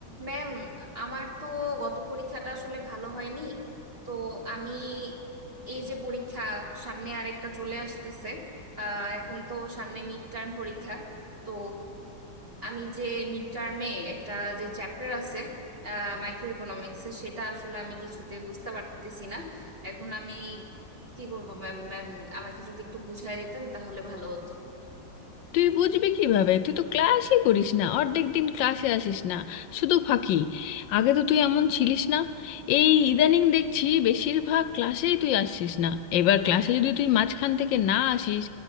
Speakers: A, on the right; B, on the left.
A: ম্যাম আমার তো গত পরীক্ষাটা আসলে ভালো হয়নি তো আমি এই যে পরীক্ষা সামনে আরেকটা চলে আসতেছে আহ, এখন তো সামনে মিড টার্ম পরীক্ষা তো আমি যে মিড টার্মে একটা যে চ্যাপ্টার আছে মাইক্রো ইকোনমিক্সের সেটা আসলে আমি কিছুতে বুঝতে পারতেছি না এখন আমি কি করব ম্যাম ম্যাম আমাকে যদি একটু বুঝাই দিতেন তাহলে ভালো হতো
B: তুই বুঝবি কিভাবে তুই তো ক্লাসই করিস না অর্ধেক দিন ক্লাসে আসিস না শুধু ফাঁকি আগে তো তুই এমন ছিলিস না এই ইদানিং দেখছি বেশিরভাগ ক্লাসেই তুই আসছিস না এবার ক্লাসে যদি তুই মাঝখান থেকে না আসিস